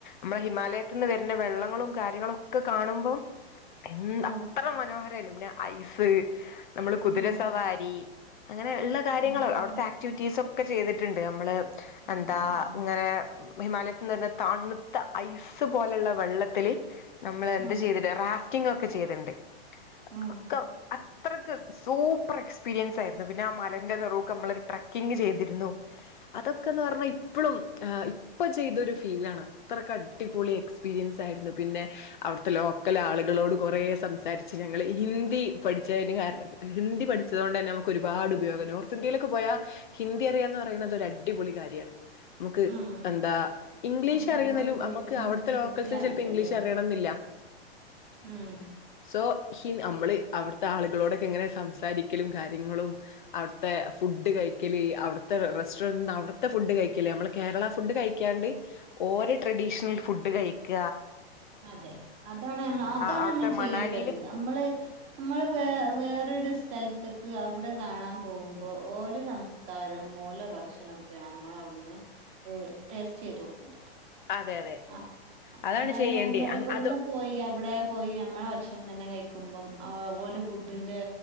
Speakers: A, on the left; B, on the right.
A: മ്മളെ ഹിമാലയത്ത്ന്ന് വര്ന വെള്ളങ്ങളും കാര്യങ്ങളൊക്കെ കാണുമ്പോ എൻ
B: ഓ
A: അ ത്ര മനോഹരയ്നു പിന്ന ഐസ് ന്നമ്മള് കുതിരസവാരി
B: ഉം
A: അങ്ങനെള്ള കാര്യങ്ങൾ
B: ഉം ഉം
A: അവ്ട്ത്തെ ആക്ടിവിറ്റീസ് ഒക്കെ ചെയ്തിട്ട്ണ്ട് അമ്മള്
B: ഉം
A: എന്താ
B: ഉം ഉം
A: ഇങ്ങനെ ഹിമാലയത്ത്ന്ന് ര്ണ തണ്ത്ത ഐസ് പോലെള്ള വെള്ളത്തിൽ നമ്മൾ എന്ത്
B: ഉം
A: ചെയ്തി ട്ട് റഫ്റ്റിങ്ങൊക്കെ ചെയ്ത്ണ്ട്
B: ഉം
A: ഒക്കെ അത്രക്ക് സൂപ്പർ എക്സ്പീരിയൻസായിരുന്നു പിന്നെ ആ മലന്റെ ന്നറൂക്ക് മ്മളൊരു ട്രക്കിങ്ങ് ചെയ്തിരുന്നു. അതൊക്കെ ന്ന് പറഞ്ഞാ ഇപ്പളും ഇപ്പ ചെയ്തൊരു ഫീലാണ് അത്രക്ക് അടിപൊളി എക്സ്പീരിയൻസായിരുന്നു പിന്നെ അവ്ട്ത്തെ ലോക്കലാളുകളോട് കൊറെ സംസാരിച്ച് ഞങ്ങള് ഹിന്ദി പഠിച്ചേന് കാരണം ഹിന്ദി പഠിച്ചതോണ്ടന്നെ നമുക്ക് ഒരുപാട് ഉപയോഗം നോർത്ത് ഇന്ത്യയിലൊക്കെ പോയാ ഹിന്ദി അറിയാന്ന് പറയിണത് ഒര്അടിപൊളി കാര്യാണ് മ്മക്ക്
B: ഉം
A: എന്താ ഇംഗ്ലീഷ്
B: ആ
A: ഷ്
B: ഭാഗം
A: അറിയുന്നേലും
B: കൂടുതലും
A: അമ്മക്ക് അവട്ത്തെ
B: ഹിന്ദിയാണല്ലോ
A: ലോക്കൽസ്ന് ചെൽപ്പോം ഇംഗ്ലീഷ്റിയണം
B: അല്ലേ
A: ന്നില്ല
B: ഉം
A: സോ ഹി മ്മള് അവട്ത്തെ ആളുകളോടൊക്കെ എങ്ങനെ സംസാരിക്കലും കാര്യങ്ങളും അവട്ത്തെ ഫുഡ് കഴിക്കല് അവട്ത്തെ റ റെസ്റ്റോറന്റ് അവിട്ത്തെ ഫുഡ് കഴിക്കൽ മ്മളേ കേരള ഫുഡ് കഴി ക്യാണ്ട് ഓരോ ട്രഡീഷണൽ ഫുഡ് കഴിക്ക
B: അതെ അതാണ് നമ്മ അതാണ്
A: അവിടുത്തെ
B: നമ്മൾ ചെയ്യേണ്ടത്
A: മണാലിയില്
B: അ മ്മള് നമ്മള് വേ വേറരു സ്ഥലത്ത്ക്ക് അവ്ടെ കാണാൻ പോവുമ്പോ ഓലോ സംസ് കാരം ഓലെഭക്ഷണൊക്കെ നമ്മളവ്ട്ന്ന് ട്ടേ ടേസ്റ്റയ്തോകണ്ട്യത്
A: അതെ അതെ
B: ആ ആ
A: അതാണ്
B: അല്ലാതെ
A: ചെയ്യേണ്ടി
B: നമ്മ
A: അങ്
B: ഇവട്ന്ന്
A: അത്
B: പോയി അവടെ പോയി നമ്മളെ ഭക്ഷണം തന്നെ കഴിക്കുമ്പം അ ഓലെ ഫുഡിൻ്റെ